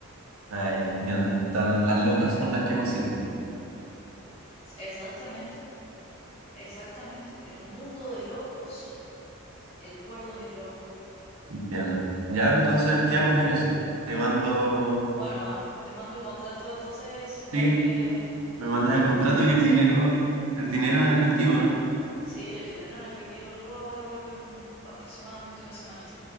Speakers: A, on the right (about 75°); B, on the left (about 30°).
A: Ah, ya, entiendo. Tan, las locas son las que más sirven.
B: Exactamente, exactamente. En un mundo de locos, el cuerdo es el loco.
A: Entiendo. Ya, entonces quedamos en eso. Te mando,
B: Bueno, va. Te mando el contrato entonces
A: sí,
B: para que
A: me mandas el contrato
B: me
A: y
B: consigas
A: el dinero,
B: todo.
A: el dinero en efectivo, ¿no?
B: Sí, el dinero en efectivo. Yo ahora vuelvo en aproximadamente una semanita.